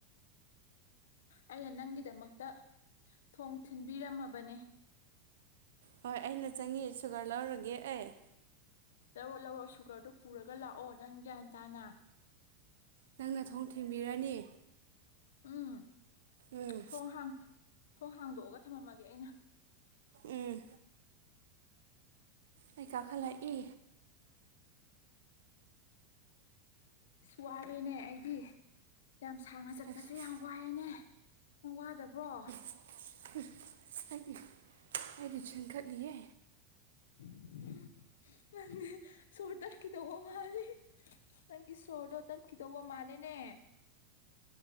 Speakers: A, on the left; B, on the right.
A: ꯑꯩꯅ ꯅꯪꯒꯤꯗꯃꯛꯇ ꯊꯣꯡ ꯊꯤꯟꯕꯤꯔꯝꯃꯕꯅꯦ
B: ꯍꯣꯏ ꯑꯩꯅ ꯆꯪꯉꯦ ꯁꯨꯒ꯭ꯔ ꯂꯧꯔꯒꯦ ꯑꯩ
A: ꯂꯧꯔꯣ ꯂꯧꯔꯣ ꯁꯨꯒ꯭ꯔꯗꯣ ꯄꯨꯔꯒ ꯂꯥꯛꯑꯣ ꯅꯪ ꯒ꯭ꯌꯥꯟ ꯇꯥꯅ
B: ꯅꯪꯅ ꯊꯣꯡ ꯊꯤꯡꯕꯤꯔꯅꯤ
A: ꯎꯝ
B: ꯎꯝ
A: ꯊꯣꯡ ꯍꯥꯡ ꯊꯣꯡ ꯍꯥꯡꯗꯣꯛꯑꯒ ꯊꯃꯝꯃꯒꯦ ꯑꯩꯅ
B: ꯎꯝ ꯑꯩ ꯀꯥꯈꯠꯂꯛꯏ
A: ꯁꯤꯁ ꯋꯥꯔꯦꯅꯦ ꯑꯩꯗꯤ ꯌꯥꯝ ꯁꯥꯡꯅ ꯆꯠꯄꯁꯦ
B: ꯑꯁ
A: ꯌꯥꯝ ꯋꯥꯏꯑꯦꯅꯦ ꯅꯪ ꯋꯥꯗꯕ꯭ꯔꯣ
B: <unintelligible> ꯑꯩꯗꯤ ꯑꯩꯗꯤ ꯆꯤꯡꯈꯠꯂꯤꯌꯦ
A: <unintelligible> ꯅꯪꯗꯤ ꯁꯣꯔ ꯇꯠꯈꯤꯗꯧꯕ ꯃꯥꯜꯂꯤ ꯅꯪꯒꯤ ꯁꯣꯔꯗꯣ ꯇꯠꯈꯤꯗꯧꯕ ꯃꯥꯜꯂꯦꯅꯦ